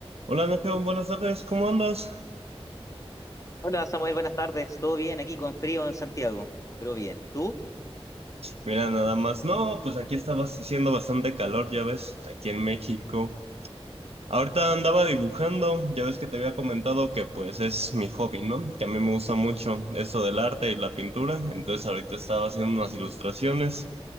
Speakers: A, on the right (about 75°); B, on the left (about 30°).
A: Hola Nacho, buenas tardes, ¿cómo andas?
B: Hola Samuel, buenas tardes. ¿Todo bien aquí con frío en Santiago? Pero bien. ¿Tú?
A: Mira, nada más. No, pues aquí estaba haciendo bastante calor, ya ves, aquí en México. Ahorita andaba dibujando, ya ves que te había comentado que pues es mi hobby, ¿no? Que a mí me gusta mucho eso del arte y la pintura, entonces ahorita estaba haciendo unas ilustraciones.